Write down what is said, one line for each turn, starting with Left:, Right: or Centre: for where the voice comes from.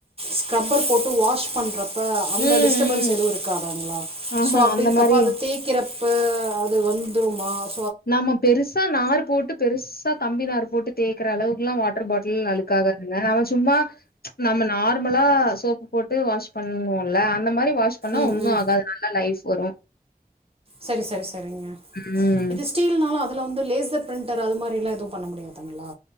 Right: ஸ்க்ரப்பர் போட்டு வாஷ் பண்ற ப்ப அந்த
Left: ம்
Right: டிஸ்ட்பன்ஸ்
Left: ம்
Right: எதுவு இருக்காதாங்களா
Left: ஆஹா
Right: ஸோ அப்டி
Left: அந்த
Right: இருக்குறப்ப
Left: மாரி
Right: அது தேய்க்கிறப்ப அது வந்து து மாவ்
Left: நம்ம பெருசா நார் போட்டு பெருஸ் தா கம்பி நார் போட்டு தேய்க்கற அளவுக்குலா வாட்டர் பாட்டில் அழுக்காதுங்க நம்ம சும்மா நம்ம நார்மலா சோப்பு போட்டு வாஷ் பண்ணுவோம்ல அந்த மாரி வாஷ் பண்ணா
Right: ம்
Left: ஒண்ணோ
Right: ம்
Left: ஆகாது நல்லா லைஃப் வரோ
Right: செரி செரி செரிங்க
Left: ம்
Right: ஸ்டீல்னாலோ அதுல வந்து லேசர் பிரிண்டர் அது மாரிலா எதுவு பண்ண முடியாதுங்களா